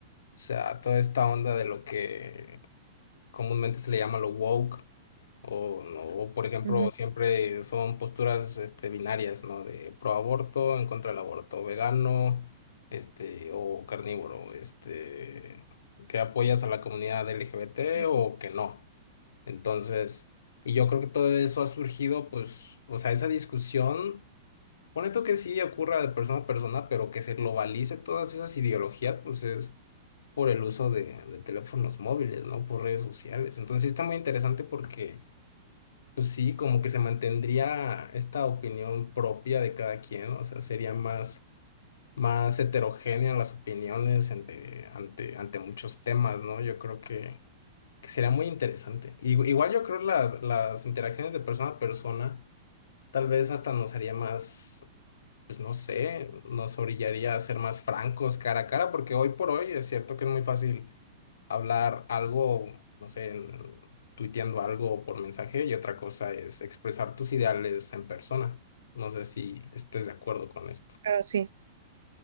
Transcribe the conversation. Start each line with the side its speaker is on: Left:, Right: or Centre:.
Left: O sea, toda esta onda de lo que comúnmente se le llama lo woke, o, no, o, por ejemplo,
Right: Ujú,
Left: siempre son posturas este, binarias, ¿no? De pro aborto, en contra del aborto, vegano, este, o carnívoro, este, que apoyas a la comunidad LGBT
Right: ujú.
Left: o que no. Entonces, y yo creo que todo eso ha surgido, pues, o sea, esa discusión, pone tú que sí ocurra de persona a persona, pero que se globalice todas esas ideologías, pues es por el uso de, de teléfonos móviles, ¿no? Por redes sociales. Entonces sí está muy interesante porque, pues sí, como que se mantendría esta opinión propia de cada quien, ¿no? o sea, sería más, más heterogénea las opiniones ante, ante, ante muchos temas, ¿no? Yo creo que, que sería muy interesante. Igu- Igual yo creo las, las interacciones de persona a persona tal vez hasta nos haría más pues no sé, nos orillaría a ser más francos cara a cara, porque hoy por hoy es cierto que es muy fácil hablar algo, no sé, en- tuiteando algo por mensaje y otra cosa es expresar tus ideales en persona. No sé si estés de acuerdo con esto.
Right: Claro, sí.